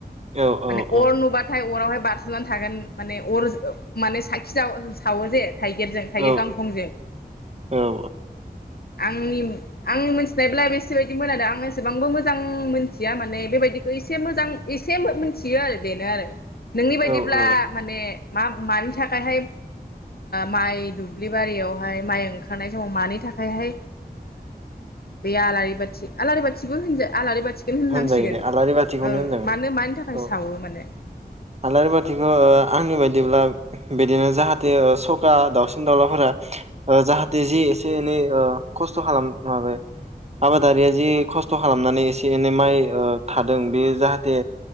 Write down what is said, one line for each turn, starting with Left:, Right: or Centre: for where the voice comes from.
Right: औ औ
Left: माने
Right: औ
Left: अर नुबाथाय अरावहाय बारसोननानै थागोन माने अर माने साखि सावो जे थायगिरजो थायगिर
Right: औ
Left: गांखंजों
Right: औ ओ
Left: आंनि आंनि मिनथि सिनायब्ला बेसेबायदिमोन आरो आं एसेबांबो मोजां मोनथिया माने बेबायदिखौ एसे मोजां एसे <unintelligible> <unintelligible> बेनो आरो नोंनि बायदिब्ला
Right: औ औ
Left: माने मा मानि थाखायहाय माइ दुब्लि बारियावहाय माइ ओंखारनाय समाव मानि थाखायहाय बे आलारि बाथि आलारि बाथिबो होनदो आलारि बाथि <unintelligible> होननांसिगोन
Right: होनजायो दे आलारि बाथिखौनो होनजागोन
Left: मानो मानि थाखाय
Right: औ आलारि
Left: सावो माने
Right: बाथिखौ आंनि बायदिब्ला बिदिनो जाहाथे सखा दाउसिन दाउलाफोरा जाहाथे जि एसे एनै खस्थ' खालाम माबायो आबादारिया जि खस्थ' खालामनानै एसे ए एनै माइ थादों बेयो जाहाथे